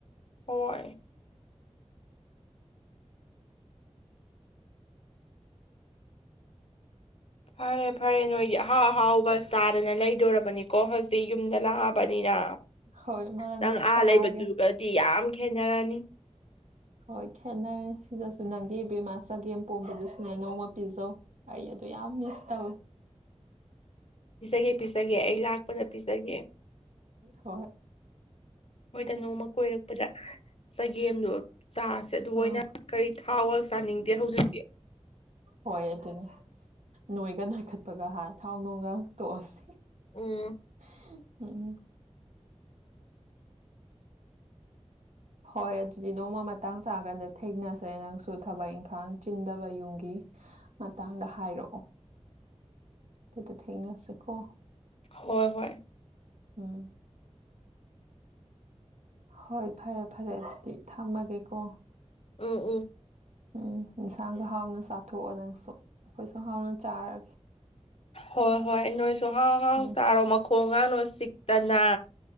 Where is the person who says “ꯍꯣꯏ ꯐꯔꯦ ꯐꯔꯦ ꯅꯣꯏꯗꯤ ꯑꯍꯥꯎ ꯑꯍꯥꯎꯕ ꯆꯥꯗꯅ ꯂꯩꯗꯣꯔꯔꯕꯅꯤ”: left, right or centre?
Left